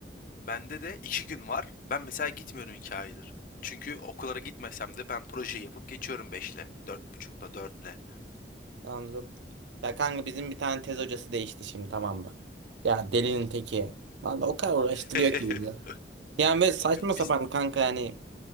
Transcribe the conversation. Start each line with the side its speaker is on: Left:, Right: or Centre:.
Left: bende de iki gün var. Ben mesela gitmiyorum iki aydır. Çünkü okullara gitmesem de ben projeyi yapıp geçiyorum beşle, dört buçukla, dörtle.
Right: Anladım. Ya kanka bizim bir tane tez hocası değişti şimdi tamam mı? Ya delinin teki. Vallahi o kadar uğraştırıyor
Left: <laughs>
Right: ki bizi. Yani böyle saçma sapan
Left: Biz
Right: kanka yani